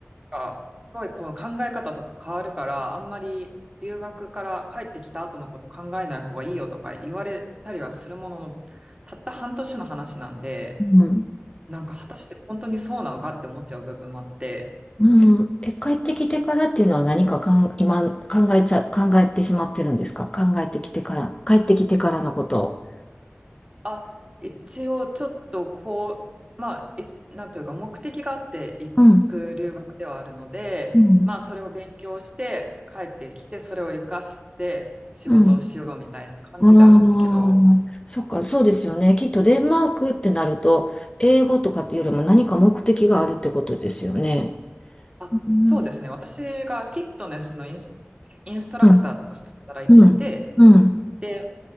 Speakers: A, on the right; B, on the left.
A: か、すごいこの考え方とか変わるから、あんまり留学から帰ってきた後のこと考えない方がいいよとか言われたりはするものの、たった半年の話なんで、
B: うん。
A: なんか果たして本当にそうなのかって思っちゃう部分もあって、
B: うん。え、帰ってきてからっていうのは何かかん、今考えちゃ、考えてしまってるんですか考えてきてから、帰ってきてからのことを。
A: あ、一応ちょっとこう、まあ、いなんというか目的があって行く留学ではあるので、
B: うん。うん。
A: まあそれを勉強して帰ってきて、それを活かして仕事をしようみたいな感じであるんですけど、
B: うん。ああ、そっか、そうですよね。きっとデンマークってなると、英語とかっていうよりも何か目的があるってことですよね。
A: あ、
B: うん。
A: そうですね。私がフィットネスのインスト、インストラクターとして働いていて、
B: うん。うん。うん
A: で、